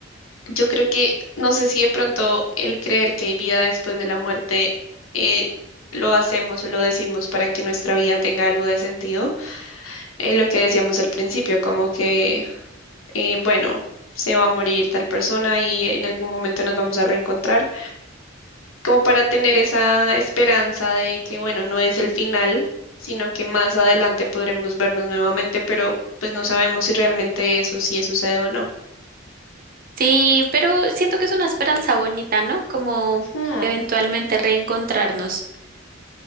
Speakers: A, on the left (about 85°); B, on the right (about 45°).
A: Yo creo que, no sé si de pronto el creer que hay vida después de la muerte eh, lo hacemos o lo decimos para que nuestra vida tenga algo de sentido. En lo que decíamos al principio, como que, eh, bueno, se va a morir tal persona y en algún momento nos vamos a reencontrar, como para tener esa esperanza de que, bueno, no es el final, sino que más adelante podremos vernos nuevamente, pero pues no sabemos si realmente eso sí sucede o no.
B: sí, pero siento que es una esperanza bonita, ¿no? Como
A: Hmm.
B: eventualmente reencontrarnos.